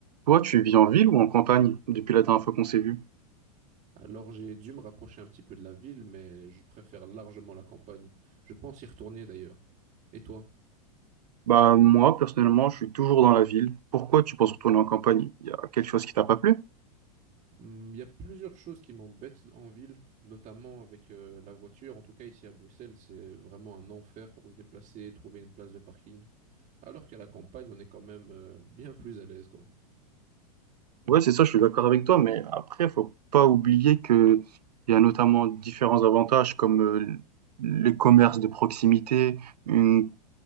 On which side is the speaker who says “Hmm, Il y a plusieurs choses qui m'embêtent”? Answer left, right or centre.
Right